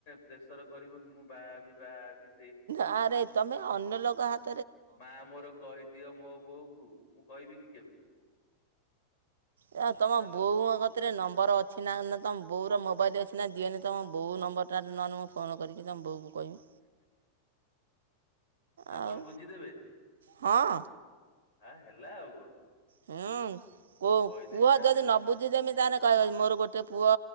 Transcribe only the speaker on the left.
ପ୍ରେସର କରିବ କି ମୁଁ ବା ବି ବାହା ବି।
ମା ମୋର କହିଦିଅ ମୋ ବୋଉ କୁ ମୁଁ କହିବି କି କେବେ?
ହାଲୋ
ଆପଣ
ବୁଝିଦେବେ।
ହଁ ହେଲା ଆଉ କଣ।
ମୁଁ କହିଦେବି
ତାହେଲେ
ଆଉ